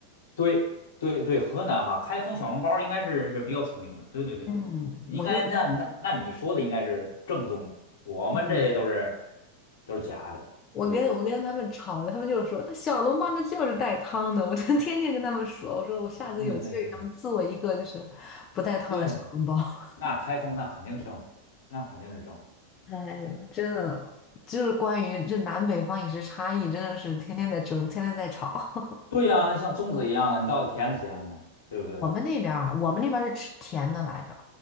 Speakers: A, on the left (about 60°); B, on the left (about 30°).
A: 对对对，河南哈，开封小笼包应该是是比较出名的。对对对对对对对，
B: 嗯，
A: 应该那那那你说的应该是正宗的，
B: 我就
A: 我们这都是
B: 嗯。
A: 都是假的。
B: 我跟我跟他们吵，
A: 对
B: 他们就说那小笼包那就是带汤的，我就天天跟他们说，我说我下次有机会给他们做一个就是不带汤的小笼包。
A: 对对对对的，
B: <laughs>
A: 那开封那肯定正，那肯定是正。
B: 哎呦，真的就是关于这南北方饮食差异，真的是天天在争，天天在吵。<laughs>
A: 对呀，那像粽子一样的，你到底甜的咸的呀，对不对？
B: 我们那边儿啊，我们那边儿是吃甜的来着，